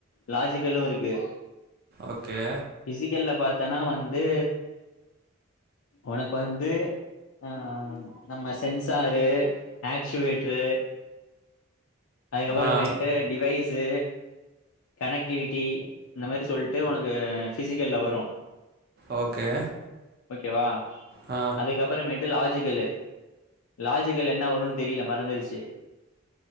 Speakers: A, on the left; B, on the right.
A: லாஜிக்கலு இருக்கு
B: ஓகே
A: ஃபிசிக்கல்ல பாத்தனா வந்து உனக்கு வந்து அ நம்ம சென்சாரு அக்ஷுவேட்ரு அதுக்கப்பறமேட்டு
B: ஆ
A: டிவைஸு கனெக்டிவிட்டி இந்த மாரி சொல்ட்டு ஒனக்கு ஃபிசிக்கல்ல வரு
B: ஓகே
A: ஓகேவா
B: ஆ,
A: அதுக்கப்பறமேட் ட்டு லாஜிக்கல்லு லாஜிக்கல் என்ன வருன் தெரியல மறந்துருச்சு